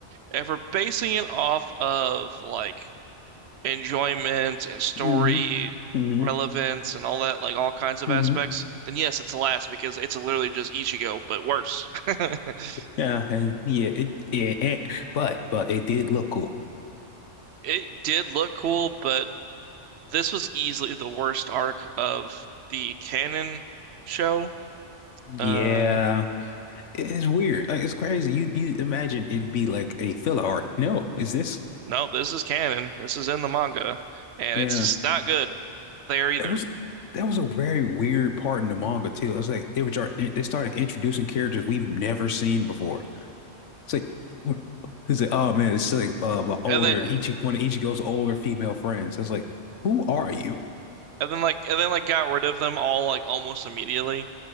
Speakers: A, on the right; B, on the left.
A: And for basing it off of like enjoyment and story
B: Mm-hmm. Mm-hmm.
A: relevance and all that, like all kinds of
B: Mm-hmm.
A: aspects, then yes, it's last because it's literally just Ichigo, but worse. <laughs>
B: Yeah, and yeah, it yeah, it, but but it did look cool.
A: It did look cool, but this was easily the worst arc of the canon show.
B: Yeah,
A: Uh,
B: it's weird. Like, It's crazy. You you imagine it'd be like a filler art. No, is this?
A: no, this is canon. This is in the manga, and
B: Yeah,
A: it's not good there either.
B: it was. That was a very weird part in the manga too. It's like they were try- they started introducing characters we've never seen before. It's like, what- it's like, oh man, it's like uh, my older
A: And then,
B: each one of Ichigo's older female friends. I was like, who are you?
A: and then like, and then like, got rid of them all like almost immediately.